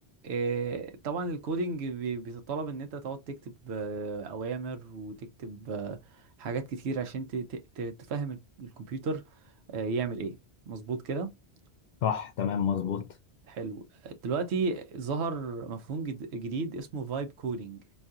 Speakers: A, on the right (about 70°); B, on the left (about 65°).
A: إيه، طبعا الكودينج بي- بيتطلب ان انت تقعد تكتب آه، اوامر وتكتب آه، حاجات كتير عشان ت- ت- ت- تفهم ال- الكمبيوتر آه، يعمل ايه مظبوط كده
B: صح تمام مظبوط
A: حلو دلوقتي ظهر مفهوم جد- جديد اسمه فايب كودينج